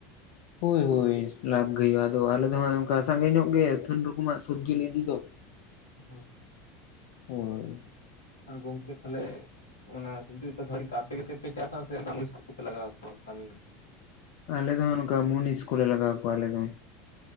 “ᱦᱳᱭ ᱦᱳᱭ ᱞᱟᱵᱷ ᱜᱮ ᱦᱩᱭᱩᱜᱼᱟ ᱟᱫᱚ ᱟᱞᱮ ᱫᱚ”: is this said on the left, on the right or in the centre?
Left